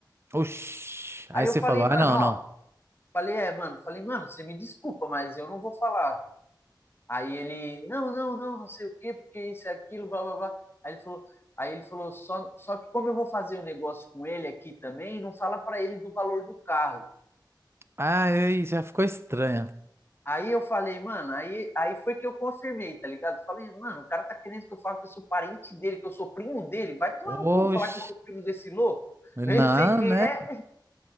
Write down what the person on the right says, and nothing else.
oxi. Aí
você
falou, ah,
não,
não.
Ah, aí já ficou estranho.
Oxi.
Não,
né?